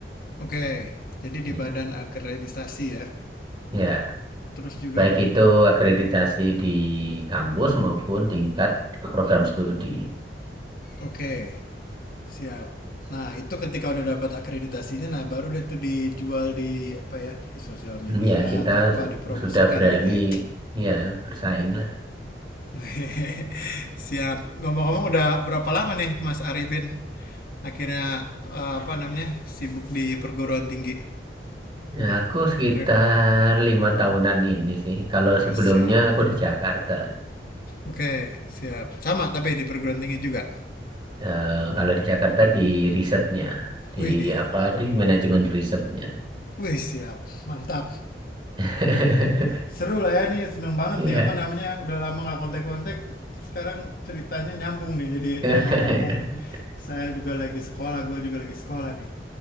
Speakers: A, on the left; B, on the right.
A: oke okay. jadi di
B: Ya.
A: badan akreditasi ya,
B: Ya,
A: terus juga
B: baik
A: mung-
B: itu akreditasi di kampus maupun tingkat program studi.
A: oke okay. Siap. Nah, itu ketika udah dapat akreditasinya, nah baru deh tuh dijual di apa ya, di sosial
B: Hmm,
A: media
B: Ya, kita
A: atau apa
B: su-
A: dipromosikan
B: sudah berani
A: gitu ya.
B: ya bersaing lah.
A: <laughs> Siap. Ngomong-ngomong udah berapa lama nih Mas Arifin akhirnya eh, apa namanya sibuk di perguruan tinggi?
B: Ya, aku sekitar
A: Re-
B: lima tahunan ini sih. Kalau
A: Wah,
B: sebelumnya
A: siap.
B: aku di Jakarta.
A: Oke, siap. Sama tapi di perguruan tinggi juga.
B: Eh, kalau di Jakarta di risetnya, di
A: Wih deh.
B: apa di manajemen risetnya.
A: Wih, siap. Mantap.
B: <laughs>
A: seru lah ya nih seneng banget
B: Iya.
A: nih apa namanya udah lama nggak kontak-kontak sekarang ceritanya nyambung nih jadi
B: <laughs>
A: sama mumpung saya juga lagi sekolah gue juga lagi sekolah nih